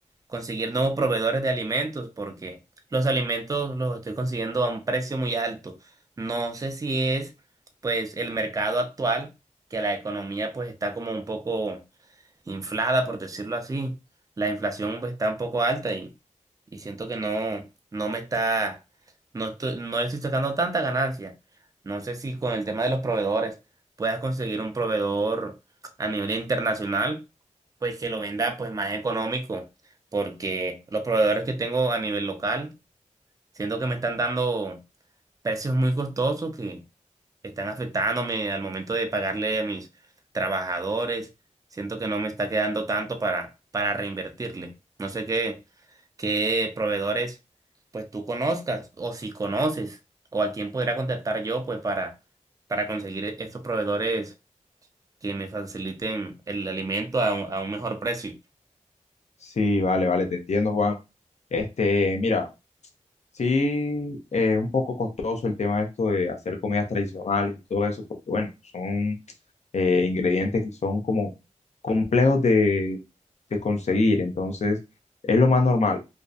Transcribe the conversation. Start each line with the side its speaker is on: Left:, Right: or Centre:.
Right: conseguir nuevos proveedores de alimentos porque los alimentos los estoy consiguiendo a un precio muy alto. No sé si es pues el mercado actual, que la economía pues está como un poco inflada, por decirlo así. La inflación pues, está un poco alta y, y siento que no, no me está, no estoy, no le estoy sacando tanta ganancia. No sé si con el tema de los proveedores puedas conseguir un proveedor a nivel internacional, pues que lo venda pues más económico, porque los proveedores que tengo a nivel local, siento que me están dando precios muy costosos que están afectándome al momento de pagarle a mis trabajadores. Siento que no me está quedando tanto para, para reinvertirle. No sé qué, qué proveedores pues tú conozcas o si conoces o a quién podría contactar yo pues para, para conseguir e- estos proveedores que me faciliten el alimento a, un- a un mejor precio.
Left: Sí, vale, vale, te entiendo, Juan. Este, mira, Sí, eh, es un poco costoso el tema esto de hacer comidas tradicionales y todo eso, porque bueno, son eh, ingredientes que son como complejos de, de conseguir, entonces es lo más normal.